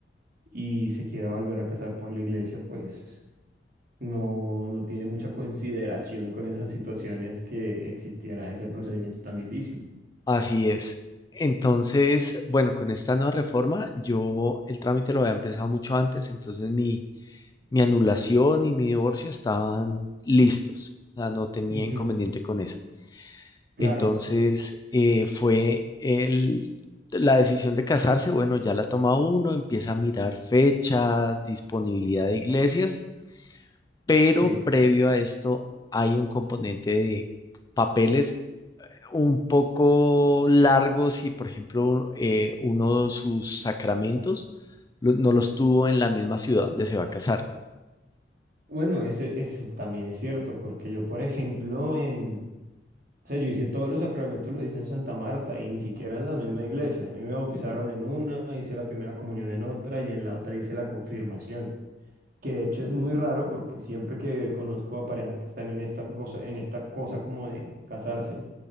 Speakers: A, on the right; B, on the left.
A: y se quiera volver a casar por la iglesia, pues no, no tiene mucha consideración con esas situaciones que existiera ese procedimiento tan difícil.
B: así es. Entonces, bueno, con esta nueva reforma, yo el trámite lo había empezado mucho antes, entonces mi, mi anulación y mi divorcio estaban listos. O sea, no tenía
A: Ujú,
B: inconveniente con eso. Entonces,
A: Claro,
B: eh, fue el, la decisión de casarse, bueno, ya la toma uno, empieza a mirar fechas, disponibilidad de iglesias, pero
A: Sí,
B: previo a esto hay un componente de papeles un poco largos y, por ejemplo, un- eh, uno de sus sacramentos lo- no los tuvo en la misma ciudad donde se va a casar.
A: bueno, ese, ese también es cierto, porque yo, por ejemplo, en, o sea, yo hice todos los sacramentos, lo hice en Santa Marta y ni siquiera en la misma iglesia. A mí me bautizaron en una, hice la primera comunión en otra y en la otra hice la confirmación. que de hecho es muy raro porque siempre que conozco a parejas que están en esta cosa, en esta cosa como de casarse,